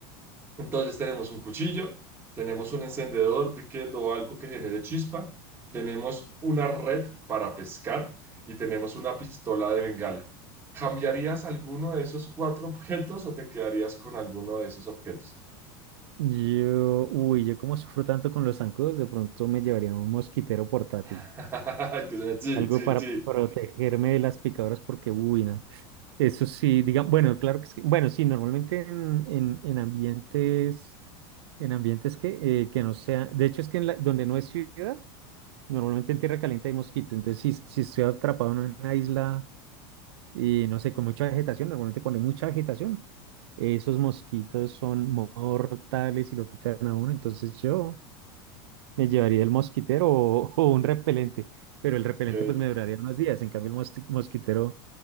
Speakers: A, on the right; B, on the right.
A: Entonces tenemos un cuchillo, tenemos un encendedor, briquet o algo que genere chispa, tenemos una red para pescar y tenemos una pistola de bengala. ¿Cambiarías alguno de esos cuatro objetos o te quedarías con alguno de esos objetos?
B: Yo, uy, yo como sufro tanto con los zancudos, de pronto me llevaría un mosquitero portátil,
A: <laughs> Que suena, Sí,
B: algo
A: sí,
B: para
A: sí.
B: <laughs> protegerme de las picadoras porque, uy, no. Eso sí, diga, bueno, claro que sí. Bueno, sí, normalmente en, en, en ambientes, en ambientes que, eh, que no sea, de hecho es que en la- donde no es ciudad, normalmente en tierra caliente hay mosquitos, entonces si, si estoy atrapado en una isla y no sé, con mucha vegetación, normalmente cuando hay mucha vegetación, esos mosquitos son mortales y lo pican a uno, entonces yo... Me llevaría el mosquitero o, <laughs> o un repelente, pero el repelente
A: Ok,
B: pues me duraría unos días, en cambio el mosqui- mosquitero